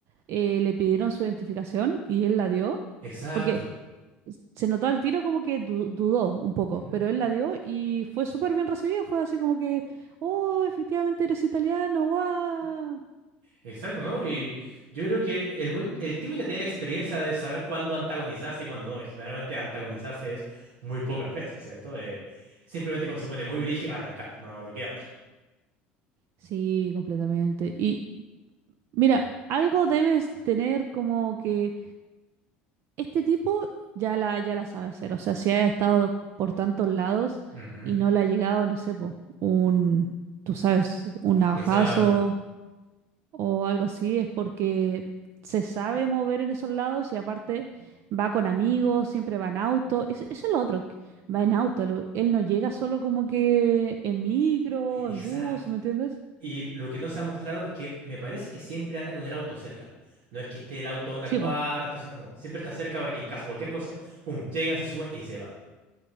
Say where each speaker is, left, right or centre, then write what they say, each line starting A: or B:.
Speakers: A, on the right; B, on the right.
A: eh, le pidieron su identificación y él la dio.
B: exacto,
A: Porque se notó al tiro como que du- dudó un poco,
B: ujú,
A: pero él la dio y fue súper bien recibida. Fue así como que, oh, efectivamente eres italiano, guau.
B: Exacto, ¿no? Y yo creo que el buen, el tipo ya tiene la experiencia de saber cuándo antagonizarse y cuándo no. Y generalmente antagonizarse es muy pocas veces, ¿cierto? Eh, simplemente cuando se pone muy brígido, arrancar, no, no queda otra.
A: Sí, completamente. Y mira, algo debes tener como que este tipo ya la, ya la sabe hacer. O sea, si ha estado por tantos lados
B: Ujú.
A: y no le ha llegado, no sé, po, un, tú sabes, un navajazo
B: Exacto,
A: o algo así, es porque se sabe mover en esos lados y aparte va con amigos, siempre va en auto. Es- eso es lo otro, que va en auto. lo- Él no llega solo como que en micro,
B: exacto.
A: en bus, ¿me entiendes?
B: Y lo que no se ha mostrado es que me parece que siempre anda con el auto cerca. No es que esté el auto a una
A: Sí,
B: cuadra,
A: po.
B: esté no, siempre está cerca para que en caso de cualquier cosa, pum, llegan, se suben y se van.